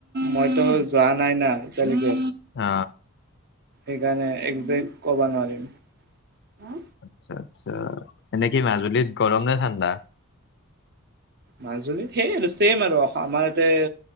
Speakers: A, on the right; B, on the left.
A: মইতো যোৱা নাই না এতিয়ালৈকে।
B: আ
A: সেইকাৰণে একজেক্ট কবা নোৱাৰিম।
B: আচ্ছা- আচ্ছা এনে কি মাজুলীত গৰম নে ঠাণ্ডা?
A: মাজুলীত সেই আৰু ছেম আৰু আমাৰ ইতে